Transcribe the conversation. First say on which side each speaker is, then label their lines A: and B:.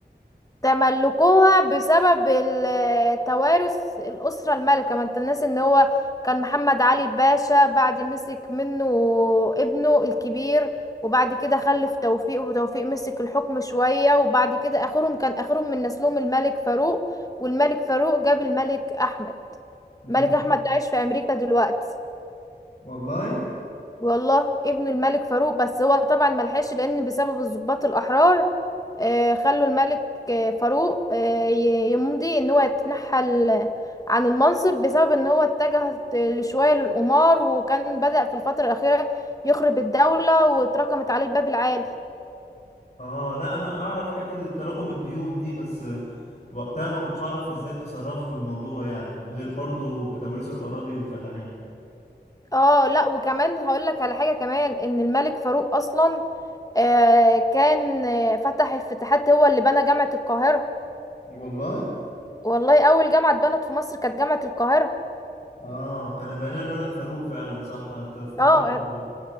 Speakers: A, on the left (about 20°); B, on the left (about 40°).
A: تملكوها بسبب ال- توارث الأسرة المالكة ما انت الناس ان هو كان محمد علي باشا بعد مسك منه ابنه الكبير وبعد كده خلف توفيق وتوفيق مسك الحكم شوية وبعد كده آخرهم كان آخرهم من نسلهم الملك فاروق والملك فاروق جاب الملك أحمد
B: امم
A: ملك احمد ده عايش في امريكا دلوقتي
B: والله
A: والله ابن الملك فاروق بس هو طبعا ملحقش لان بسبب الضباط الاحرار آه، خلوا الملك آه، فاروق آه، ي- يمضي ان هو يتنحل عن المنصب بسبب ان هو اتجه شوية للقمار وكان بدأ في الفترة الأخيرة يخرب الدولة واتركمت عليه الباب العالي
B: اه لا انا انا اعرف حته تراكم الديون دي بس آه، وقتها ما كنتش اعرف ازاي تصرفوا في الموضوع يعني غير برضو بتوريث الاراضي للفلاحين
A: اه لا وكمان هقول لك على حاجة كمان ان الملك فاروق اصلا آه، كان آه، فتح افتتاحات هو اللي بنى جامعة القاهرة
B: والله
A: والله اول جامعه اتبنت في مصر كانت جامعه القاهره
B: اه كان بني الملك فاروق فعلا صح أت- افتكرت
A: اه
B: دلوقتي